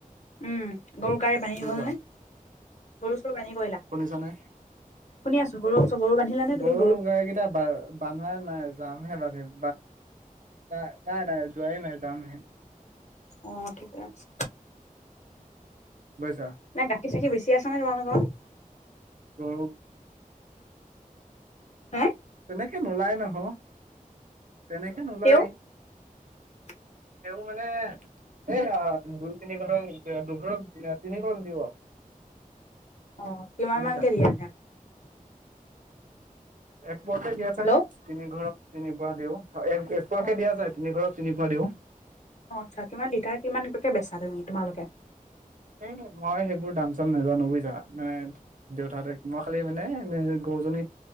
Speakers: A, on the left (about 50°); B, on the right (about 65°).
A: উম গৰু গাই বান্ধি
B: বুজিছা
A: হ'ল নে। গৰু চৰু বান্ধি কৰিলা
B: শুনিছানে।
A: শুনি আছো গৰু গৰু বান্ধিলা নে তুমি
B: গৰু গাইকেইটা বা বান্ধা নাই যামহে বান্ধিম নাই নাই নাই যোৱাই নাই যামহে।
A: অ' ঠিকে আছে।
B: বুইছা।
A: নে গাখীৰ চাখিৰ বেছি আছে ন তোমালোকৰ
B: <unintelligible>
A: হা
B: তেনেকে নোলায় নহয় তেনেকে নোলায়।
A: তেও <inaudible>
B: তেওঁ মানে। এয়া দুই তিনি ঘৰক নিদিব দুঘৰক তিনি ঘৰ দিব।
A: অ 'কিমান
B: বুজিছা
A: মানকে দিয়ে <unintelligible>
B: এক পোৱাকে দিয়া
A: হেল্ল'
B: যায় তিনি‌ ঘৰক তিনি পোৱা দিওঁ এক এক এক
A: অ
B: পোৱাকে দিয়া যায় তিনি ঘৰত তিনি পোৱাকে দিওঁ।
A: অ'আচ্ছা কিমান লিটাৰ কিমানকে বেচা তুমি তোমালোকে?
B: এ মই সেইবোৰ দাম চাম নাজানো বুইছা মানে। দেউতাহতে মই খালি মানে গৰুজনী